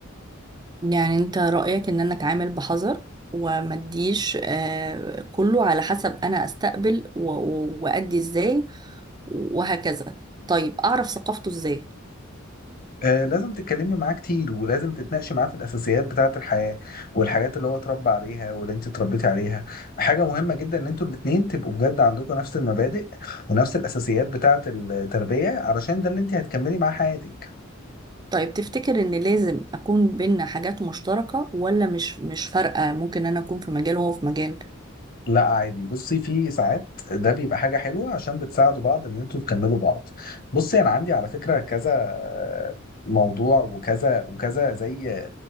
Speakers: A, on the right; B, on the left.
A: يعني انت رأيك ان انا اتعامل بحذر وما اديش آه، كله على حسب انا استقبل و- و- وادي ازاي وهكذا طيب اعرف ثقافته ازاي
B: آه، لازم تتكلمي معاه كتير ولازم تتناقشي معاه في الاساسيات بتاعه الحياه والحاجات اللي هو اتربى عليها واللي انت اتربيتي عليها حاجه مهمه جدا ان انتوا الاتنين تبقوا بجد عندكم نفس المبادئ ونفس الاساسيات بتاعه التربيه علشان ده اللي انت هتكملي معاه حياتك
A: طيب تفتكر ان لازم اكون بينا حاجات مشتركة ولا مش مش فارقة ممكن انا اكون في مجال وهو في مجال
B: لا عادي بصي في ساعات ده بيبقى حاجه حلوه عشان بتساعدوا بعض ان انتوا تكملوا بعض بصي انا عندي على فكره كذا آه، موضوع وكذا وكذا زي